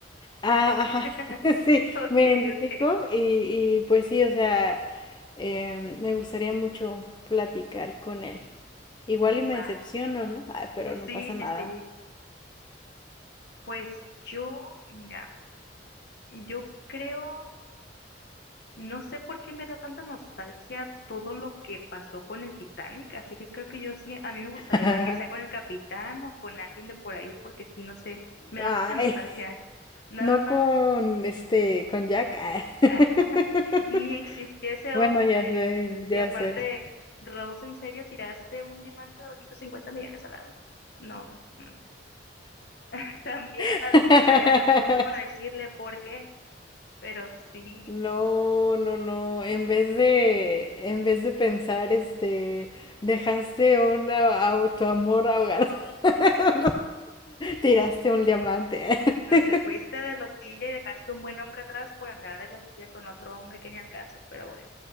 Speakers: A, on the left (about 25°); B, on the left (about 60°).
A: Ah, ajá,
B: <laughs>
A: <laughs> sí,
B: Ok,
A: me identifico
B: ok.
A: y, y pues sí, o sea, eh, me gustaría mucho platicar con él. Igual y me
B: Wow.
A: decepciono, ¿no? Ay, pero no
B: Sí,
A: pasa
B: sí,
A: nada.
B: sí. Pues yo, mira, yo creo. No sé por qué me da tanta nostalgia todo lo que pasó con el Titanic, así que creo que yo sí, a mí me gustaría
A: <laughs>
B: hablar ya sea con el capitán o con alguien de por ahí, porque sí, no sé, me
A: Ay,
B: da mucha nostalgia. Nada
A: no
B: más,
A: con este, con Jack. Ay.
B: <laughs>
A: <laughs>
B: ni existió ese
A: Bueno,
B: hombre.
A: ya sé, ya
B: Y aparte,
A: sé.
B: Rose, ¿en serio tiraste un diamante de 250 millones al agua? No, no, no. <laughs> También
A: <laughs>
B: la despertaré de la tumba para decirle por qué, pero sí.
A: No, no, no. En vez de, en vez de pensar, este, dejaste una, a tu amor ahogar. <laughs> Tiraste un diamante.
B: No
A: <laughs>
B: te fuiste de loquilla y dejaste un buen hombre atrás por andar de loquilla con otro hombre que ni al caso, pero bueno,